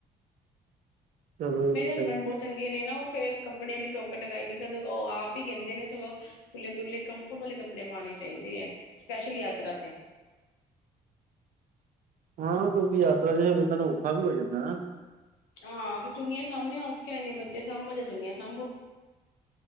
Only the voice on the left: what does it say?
ਮੇਰੇ
ਹਸਬੈਂਡ
ਬਹੁਤ ਚੰਗ ਗੇ, ਨੇ ਨਾ ਉਹ ਫੇਰ ਕੱਪੜੇ ਵਾਲੀ ਟੋਕਾ-ਟਕਾਈ ਨੀ ਕਰਦੇ, ਉਹ ਆਪ ਹੀ ਕਹਿੰਦੇ ਨੇ ਸਗੋਂ ਖੁੱਲੇ-ਡੁੱਲੇ ਕੰਫਰਟ ਵਾਲੇ ਕੱਪੜੇ ਕੱਪੜੇ ਪਾਣੇ ਚਾਹੀਦੇ ਆ, ਸਪੈਸ਼ਲੀ ਯਾਤਰਾ ਤੇ।
ਹਾਂ, ਫੇਰ ਚੁੰਨੀਆਂ ਸਾਂਬਣੀਆ ਔਖੀਆਂ ਹੋ ਜਾਂਦੀਆਂ, ਬੱਚੇ ਸਾਂਭੋ, ਜਾ ਚੁੰਨੀਆਂ ਸਾਂਭੋ।